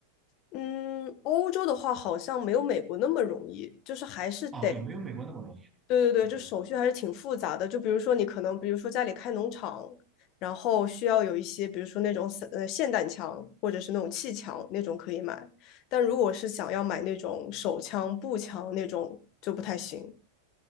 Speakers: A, on the left; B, on the right.
A: 嗯，欧洲的话好像没有美国那么容易，就是还是得，
B: 啊，对，没有美国那么容易。对，
A: 对对对，
B: 是的。
A: 就手续还是挺复杂的。就比如说你可能，比如说家里开农场，然后需要有一些，比如说那种散呃霰弹枪或者是那种气枪那种可以买，但如果是想要买那种手枪、步枪那种就不太行。